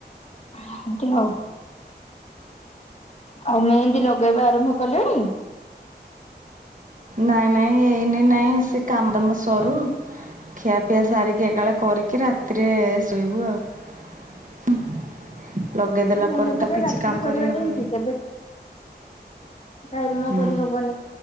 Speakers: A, on the left (about 40°); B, on the right (about 50°).
A: ଏମତି ହଉ। ଆଉ ମେହେନ୍ଦୀ ଲଗେଇବା ଆରମ୍ଭ କଲେଣି?
B: ନାଇଁ ନାଇଁ ଏଇନେ ନାଇଁ ସେ କାମ୍ ଦାମ୍ ସରୁ। ଖିଆ ପିଆ ସାରିକି ଏକାବେଳେ କରିକି ରାତିରେ ଶୋଇବୁ ଆଉ। <unintelligible>
A: ମେହେନ୍ଦି
B: ପରେ ତ
A: ଟା
B: କିଛି
A: ରାତିରେ
B: କାମ
A: କରିବାଟା
B: କରିହବନି
A: ହିଁ ଠିକ ଏବେ। ଟାଇମ ନାଇଁ
B: ହୁଁ
A: କରିହବନି